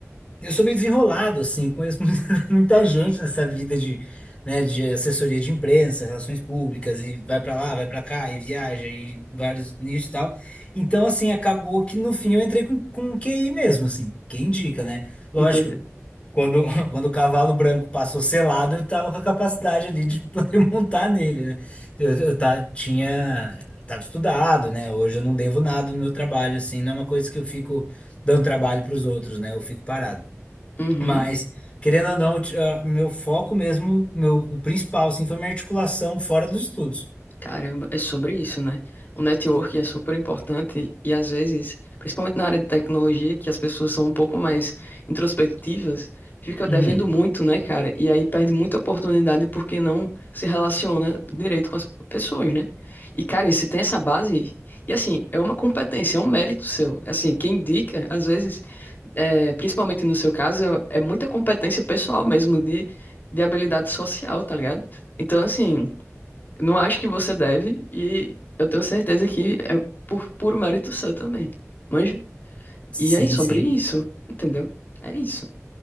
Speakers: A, on the left (about 25°); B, on the left (about 40°).
A: eu sou meio desenrolado, assim, conheço <laughs> muita gente nessa vida de, né, de assessoria de imprensa, relações públicas, e vai pra lá, vai pra cá, e viaja, e vários nichos e tal. Então, assim, acabou que no fim eu entrei com, com QI mesmo, assim, quem indica, né? Lógico,
B: Entendeu?
A: quando, <laughs> quando o cavalo branco passou selado, eu tava com a capacidade ali de poder <laughs> montar nele, né? Eu, eu tá, tinha, tava estudado, né? Hoje eu não devo nada no meu trabalho, assim, não é uma coisa que eu fico dando trabalho para os outros, né? Eu fico parado.
B: Uhum.
A: Mas, querendo ou não, t- ah, meu foco mesmo, meu, o principal, assim, foi minha articulação fora dos estudos.
B: Caramba, é sobre isso, né? O networking é super importante e às vezes, principalmente na área de tecnologia, que as pessoas são um pouco mais introspectivas, fica
A: Hum,
B: devendo muito, né, cara? E aí perde muita oportunidade porque não se relaciona direito com as pessoas, né? E, cara, você tem essa base e, assim, é uma competência, é um mérito seu. Assim, quem indica, às vezes, é, principalmente no seu caso, é muita competência pessoal mesmo de, de habilidade social, tá ligado? Então, assim. Não acho que você deve, e eu tenho certeza que é por puro mérito seu também. Manja?
A: sim,
B: E é sobre
A: sim.
B: isso, entendeu? É isso.